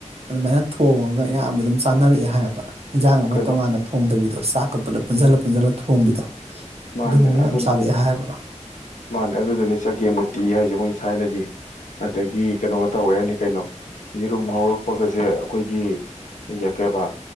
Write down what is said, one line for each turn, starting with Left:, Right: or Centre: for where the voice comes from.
Right: ꯑꯗꯨꯃꯥꯏꯅ ꯊꯣꯡꯉꯒ ꯑꯌꯥꯝꯕ ꯑꯗꯨꯝ ꯇꯥꯅꯔꯛꯑꯦ ꯍꯥꯏꯌꯦꯕ ꯏꯟꯖꯥꯡ ꯑꯃ
Left: ꯀꯩꯅꯣ
Right: ꯇꯣꯉꯥꯟꯅ ꯊꯣꯡꯗꯕꯤꯗꯣ ꯆꯥꯛ ꯀꯞꯄꯂ ꯄ ꯄꯨꯟꯁꯤꯜꯂ ꯄꯨꯟꯁꯤꯜꯂ ꯊꯣꯡꯕꯤꯗꯣ
Left: ꯃꯥꯅꯦ
Right: ꯑꯗꯨꯒꯨꯝꯕ
Left: ꯑꯗꯨ
Right: ꯌꯥꯝ ꯆꯥꯔꯛꯑꯦ ꯍꯥꯏꯕ
Left: ꯃꯥꯅꯦ ꯑꯗꯨꯗꯨꯅꯤ ꯆꯠꯀꯦ ꯃꯨꯔꯇꯤ ꯍꯥꯏꯁꯦ ꯃꯣꯏꯅ ꯁꯥꯏꯅꯒꯤ ꯑꯗꯒꯤ ꯀꯩꯅꯣꯒ ꯇꯧꯋꯦ ꯍꯥꯏꯅꯤ ꯀꯩꯅꯣ ꯌꯦꯔꯨꯝ ꯉꯧꯔꯛꯄꯒꯁꯦ ꯑꯩꯈꯣꯏꯒꯤ ꯌꯥ ꯀꯦꯕ